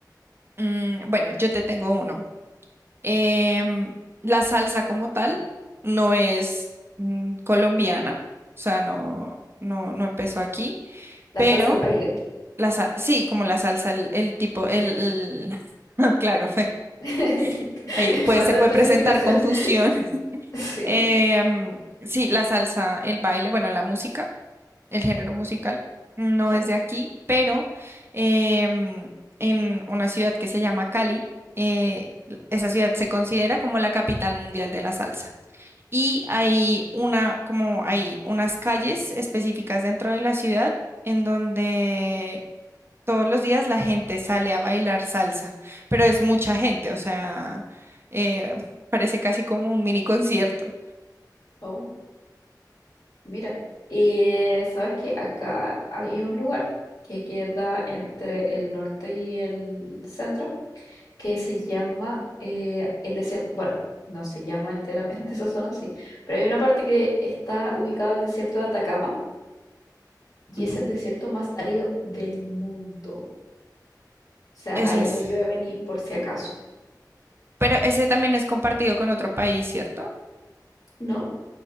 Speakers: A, on the right; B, on the left.
A: Mm, bueno, yo te tengo uno. Em, la salsa como tal no es mm, colombiana, o sea, no, no, no empezó aquí,
B: La
A: pero
B: salsa al baile.
A: la sa- sí, como la salsa, el, el tipo, el, el- <laughs> claro,
B: <laughs>
A: <laughs> ahí pues
B: Falta
A: se puede
B: especificación.
A: presentar confusión.
B: <laughs>
A: <laughs>
B: Sí,
A: Em, sí, la salsa, el baile, bueno, la música. el género musical no
B: claro.
A: es de aquí, pero em, en una ciudad que se llama Cali, eh, esa ciudad se considera como la capital mundial de la salsa. Y hay una, como hay unas calles específicas dentro de la ciudad en donde todos los días la gente sale a bailar salsa, pero es mucha gente, o sea, eh, parece casi como un mini concierto.
B: Oh, mira. Eh, sabes que acá hay un lugar que queda entre el norte y el centro que se llama eh, el desierto, bueno, no se llama enteramente <laughs> esa zona, sí, pero hay una parte que está ubicado el desierto de Atacama y
A: Ujú.
B: es el desierto más árido del mundo. O sea,
A: Ese
B: ahí
A: es,
B: no llueve ni por si acaso,
A: pero ese también es compartido con otro país, ¿cierto?
B: ¿no?